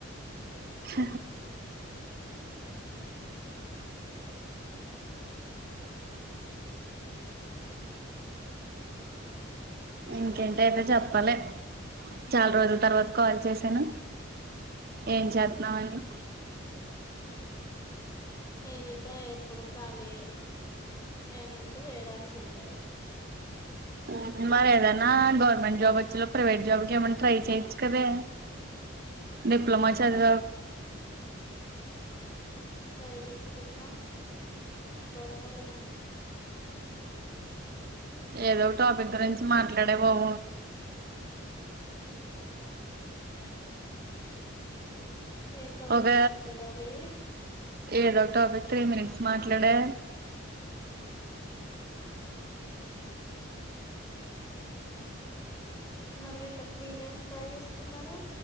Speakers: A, on the right (about 45°); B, on the left (about 15°).
A: స ఇంకేంటి అయితే చెప్పాలి చాలా రోజుల తర్వాత కాల్ చేసాను ఏం చేతున్నామని
B: నేనుత ఎప్పుడు కాలి ఏను ఉంటే చేయడానికి ఉంటవి
A: అ మరి ఏదనా గవర్నమెంట్ జాబ్ వచ్చేలో ప్రైవేట్ జాబ్కి ఏమన్నా ట్రై చేయొచ్చు కదే డిప్లమా చది
B: ట్రై చేస్తున్నా దొరకాలిగా
A: ఏదో టాపిక్ గురించి మాట్లాడే బావు
B: ఏన్ తవగ
A: ఒక
B: మాత్రలాడాలి
A: ఏదో ఒక్ టాపిక్ త్రీ మినిట్స్ మాట్లాడే
B: మరి వీళ్ళు వీళ్ళ ఏం ట్రై చేస్తున్నారు